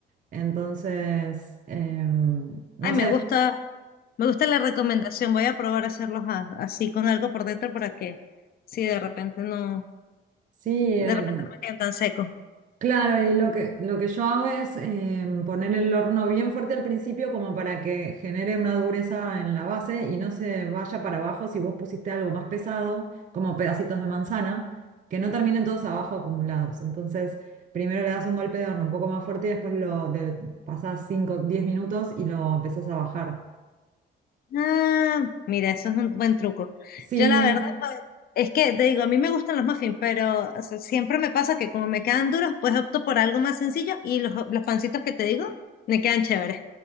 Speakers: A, on the right; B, on the left.
A: Entonces, em, no
B: Ay, me
A: sé,
B: gusta, me gusta la recomendación. Voy a probar a hacerlos a- así con algo por dentro para que, si de repente no,
A: sí,
B: de
A: em,
B: repente no me queden tan secos.
A: Claro, y lo que, lo que yo hago es eh, poner el horno bien fuerte al principio como para que genere una dureza en la base y no se vaya para abajo si vos pusiste algo más pesado, como pedacitos de manzana, que no terminen todos abajo acumulados. Entonces, primero le das un golpe de horno un poco más fuerte y después lo de, pasás 5 o 10 minutos y lo empezás a bajar.
B: Ah, mira, eso es un buen truco.
A: Sí,
B: Yo la verdad, pues, es que te digo, a mí me gustan los muffins, pero o sea, siempre me pasa que como me quedan duros, pues opto por algo más sencillo y los, los pancitos que te digo me quedan chéveres.